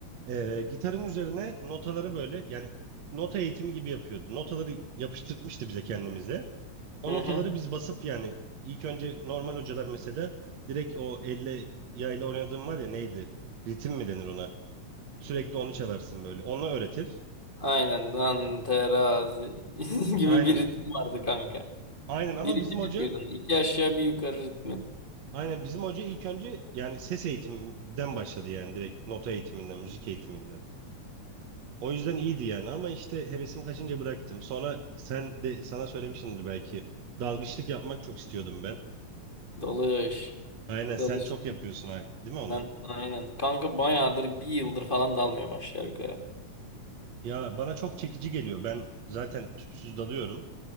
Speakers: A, on the right; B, on the left.
A: Ee, gitarın üzerine notaları böyle yani nota eğitimi gibi yapıyordu. Notaları yapıştırtmıştı bize kendimize. O
B: Hı
A: notaları
B: hı.
A: biz basıp yani ilk önce normal hocalar mesela direkt o elle yayla oynadığım var ya neydi? Ritim mi denir ona? Sürekli onu çalarsın böyle. Onu öğretir.
B: Aynen. Lan terazi <laughs> gibi
A: Aynen.
B: bir ritim vardı kanka.
A: Aynen ama
B: Bir ritim
A: bizim hoca
B: yapıyordun. İki aşağı bir yukarı ritmi.
A: aynen bizim hoca ilk önce yani ses eğitiminden başladı yani direkt nota eğitiminden, müzik eğitiminden. O yüzden iyiydi yani ama işte hevesim kaçınca bıraktım. Sonra sen de sana söylemişimdir belki. Dalgıçlık yapmak çok istiyordum ben.
B: Dalış.
A: Aynen sen
B: Dalış.
A: çok yapıyorsun ha- değil mi onu?
B: Ben, aynen. Kanka bayağıdır bir yıldır falan dalmıyorum aşağı yukarı.
A: Ya bana çok çekici geliyor. Ben zaten tüpsüz dalıyorum.